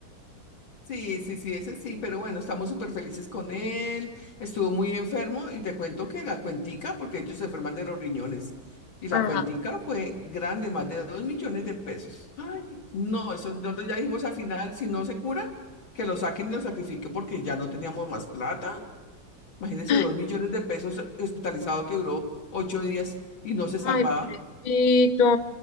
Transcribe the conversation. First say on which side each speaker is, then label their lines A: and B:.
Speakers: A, on the left; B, on the left.
A: Sí, sí, sí, ese sí, pero bueno, estamos súper felices con él. Estuvo muy enfermo y te cuento que la cuentica, porque ellos se enferman de los riñones, y la
B: Ah,
A: cuentica fue grande, más de dos millones de pesos. Ay, no, eso nosotros ya dijimos al final, si no se cura, que lo saquen y lo sacrifiquen porque ya no teníamos más plata. Imagínense
B: ay,
A: dos millones de pesos hospitalizado que duró ocho días y no se salvaba.
B: ay, pobrecito.